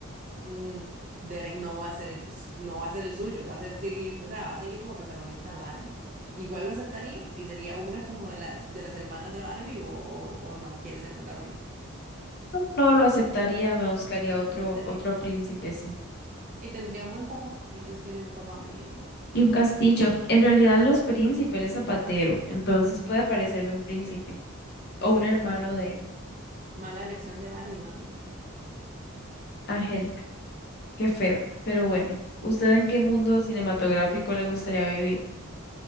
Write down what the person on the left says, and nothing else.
No lo aceptaría, me buscaría otro,
otro príncipe, sí.
Y un castillo. En realidad no es príncipe,
él es zapatero, entonces puede aparecerme un príncipe.
o un
hermano
de él,
Angélica. Qué feo, pero bueno. ¿Usted en qué mundo cinematográfico le gustaría vivir?